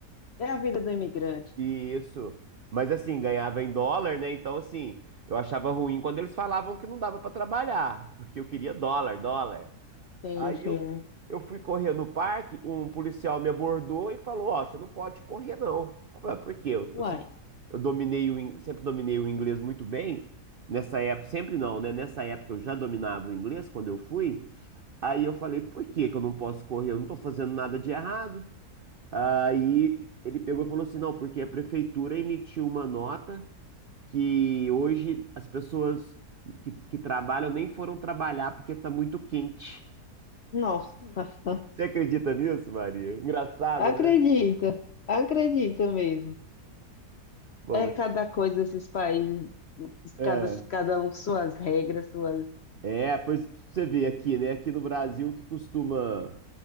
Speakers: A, on the left (about 55°); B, on the right (about 60°).
A: É a vida do imigrante.
B: Isso. Mas assim, ganhava em dólar, né? Então, assim, eu achava ruim quando eles falavam que não dava pra trabalhar, porque eu queria dólar, dólar.
A: Sim,
B: Aí
A: sim.
B: eu, eu fui correr no parque, um policial me abordou e falou: Ó, você não pode correr, não. Eu falei: "Ah, Por quê? Eu,
A: Uai,
B: eu sempre, eu dominei o, in- sempre dominei o inglês muito bem. Nessa época, sempre não, né? Nessa época eu já dominava o inglês quando eu fui. Aí eu falei: Por que que eu não posso correr? Eu não tô fazendo nada de errado. Aí ele pegou e falou assim: Não, porque a prefeitura emitiu uma nota que hoje as pessoas que, que trabalham nem foram trabalhar porque tá muito quente.
A: nossa, <laughs>
B: Você acredita nisso, Maria? Engraçado,
A: acredita,
B: né?
A: acredita mesmo.
B: Bom,
A: É
B: mas
A: cada coisa esses países,
B: é,
A: cada, cada um suas regras, suas.
B: é, pois você vê aqui, né? Aqui no Brasil, o que costuma